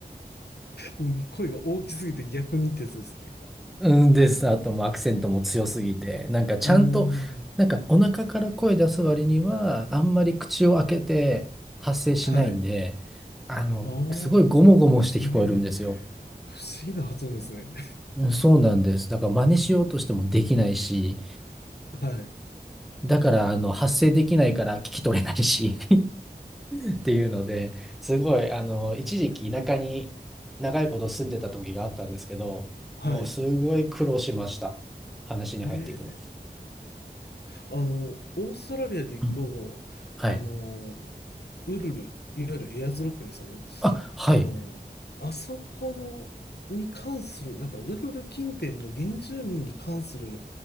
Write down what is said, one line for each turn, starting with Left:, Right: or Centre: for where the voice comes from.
Left: もう声が大きすぎて逆にってやつですね。
Centre: うんです。あともうアクセントも強すぎて、なんかちゃんと、
Left: うーん、
Centre: なんかお腹から声出す割には、あんまり口を開けて発声しないんで、
Left: はい。
Centre: あの、
Left: おー、
Centre: すごいゴモゴモして聞こえるんですよ。
Left: へえ、不思議な発音ですね。
Centre: うんそうなんです。だから真似しようとしてもできないし、
Left: はい。
Centre: だからあの発声できないから聞き取れないし。っていうので、すごい、あの、一時期田舎に長いこと住んでた時があったんですけど、
Left: はい。
Centre: もうすごい苦労しました。話に入っていくの。
Left: へえ。あの、オーストラリアで行くと、
Centre: うんはい。
Left: あの、ウルル、いわゆるエアーズロックですよね。
Centre: あ、はい。
Left: あの、あそこの、に関する、なんか、ウルル近辺の原住民に関する